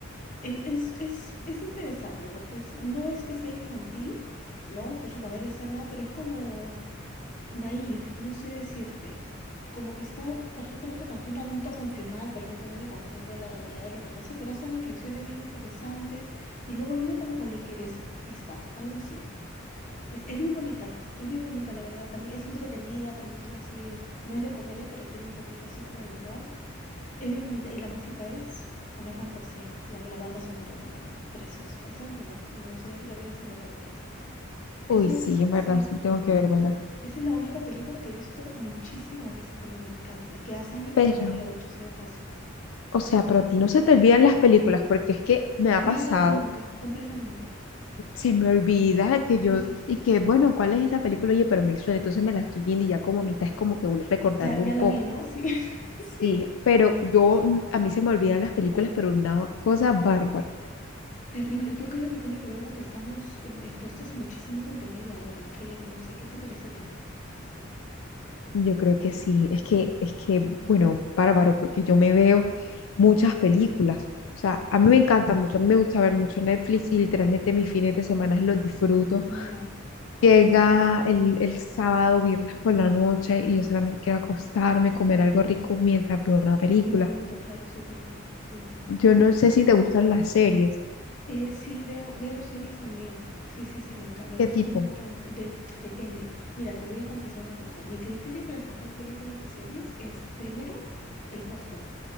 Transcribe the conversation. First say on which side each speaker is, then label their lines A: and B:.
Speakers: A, on the left; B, on the left.
A: Es, es, es interesante porque es- no es que sea infantil, ¿no? Con su manera de ser nada, pero es como naif, no sé decirte. Como que está perfectamente con ser una adulta funcional, perfectamente consciente de la realidad de lo que pasa, pero hace reflexiones bien interesantes y luego vive como con ligereza. Ahí está, algo así. Es, es bien bonita, es bien bonita, la verdad. También es entretenida, también tiene así, no es de comedia, pero tiene un poquito así como de humor. Es bien bonita. Y la música es una fantasía. La, la banda sonora, bueno, bueno, preciosa. Esa, mira, me gustaría que la vieras y me cuentas.
B: Uy,
A: Esa
B: sí,
A: es,
B: en verdad,
A: sí,
B: sí, tengo que vérmela.
A: esa es la única película que he visto muchísimas veces porque me encanta, que hace años que
B: Pero
A: no la veo, dicho sea de paso.
B: O sea, pero a ti no se te olvidan las películas, porque es que me
A: Sí,
B: ha pasado,
A: totalmente, completamente.
B: se me olvida que yo,
A: Sí, sí, sí,
B: y
A: sí.
B: que bueno, ¿cuál es esa película? Oye, pero me suena, entonces me la estoy viendo y ya como a mitad es como que voy recordando
A: Ya, ya
B: un
A: la
B: poco.
A: vi, ¿no? Sí, <laughs> sí.
B: Sí, pero yo, mm, a mí se me olvidan las películas, pero una cosa bárbara.
A: Terrible. Yo creo que tiene que ver con que estamos eh, expuestos a muchísimo contenido ahora, Angélica. No sé, ¿qué te parece a ti?
B: Yo creo que sí, es que, es que, bueno, bárbaro, porque yo me veo muchas películas. O sea, a mí
A: Mm,
B: me encanta mucho, a mí me gusta ver mucho Netflix y
A: Ya,
B: literalmente mis fines de semana los disfruto
A: ya,
B: Llega el, el sábado, viernes por la noche y yo solamente quiero acostarme,
A: ya,
B: comer
A: ya,
B: algo
A: ya.
B: rico mientras veo una película.
A: Qué bonito, claro, super plan. Sí, sí.
B: Yo no sé si te gustan las series.
A: Eh, sí, veo, veo series también. Sí, sí, sí, me encanta, me
B: ¿Qué
A: gustan
B: tipo?
A: un montón. De- depende. Mira, te voy a confesar una cosa. Mi criterio para escoger películas y series es, primero, el póster.